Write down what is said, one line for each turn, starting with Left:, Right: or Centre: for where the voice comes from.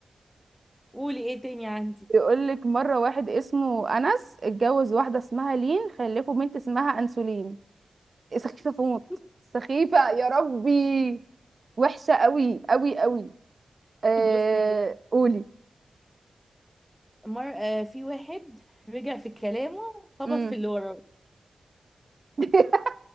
Centre: قولي ايه تاني عندي
Right: بيقول لك مرة واحد اسمه أنس اتجوز واحدة اسمها لين خلفوا بنت اسمها أنسولين سخيفة فوت
Centre: <laughs>
Right: سخيفة يا ربي وحشة قوي قوي قوي آه...
Centre: بصي دي
Right: قولي
Centre: مر... آه في واحد رجع في كلامه خبط
Right: امم
Centre: في اللي وراه
Right: <laughs>